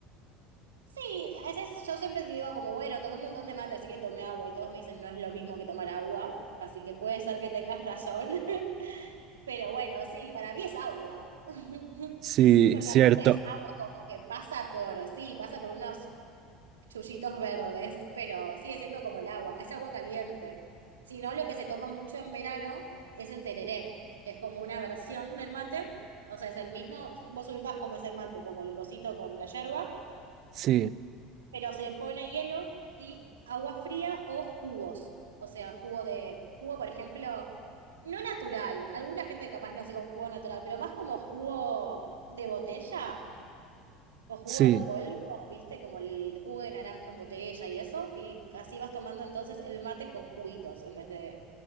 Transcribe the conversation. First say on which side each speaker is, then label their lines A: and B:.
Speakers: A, on the right; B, on the right.
A: Sí, a veces yo siempre te digo como, bueno, tomé un montón de mate, así que tomé agua, y todos me dicen, no es lo mismo que tomar agua, así que puede ser que tengas razón, <laughs> pero bueno, sí, para mí es agua. <laughs>
B: Sí,
A: Porque
B: cierto.
A: aparte es agua como que pasa por, sí, pasa por unos chullitos verdes, pero sigue siendo como el agua, es agua caliente. Si no, lo que se toma mucho en verano es el tereré, que es como una versión del mate, o sea, es el mismo, vos ubicás cómo es el mate, como el cosito con la yerba,
B: Sí,
A: pero se le pone hielo y agua fría o jugos, o sea, jugo de, jugo, por ejemplo, no natural, alguna gente capaz lo hace con jugo natural, pero más como jugo de botella o jugo
B: sí.
A: en polvo, ¿viste? Como el jugo de naranja en botella y eso. Y así vas tomando entonces el mate con juguitos en vez de